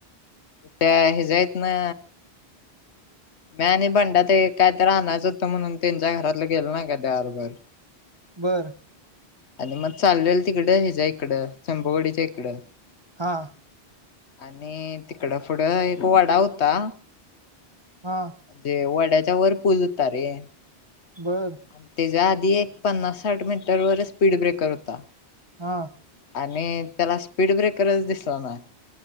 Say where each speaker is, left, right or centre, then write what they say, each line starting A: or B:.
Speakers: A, on the left (about 75°); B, on the right (about 25°).
A: त्या हेिजयत ना मी आणि बंडा ते काय तर आणायच होतं म्हणून त्यांच्या घरातलं गेलो नाही का त्याबरोबर
B: बरं
A: आणि मग चाललेल तिकडं ह्याच्या इकडं चंभवडीच्या इकडं
B: हा
A: आणि तिकडं पुढं एक वडा होता.
B: हा
A: जे व ड्याच्या वर पूल होत रे आणि
B: बर
A: तेच्या क एक पन्नासाठ मीटर वर स्पीड ब्रेकर होता
B: हा
A: आणि त्याला स्पीड ब्रेकरच दिसला ना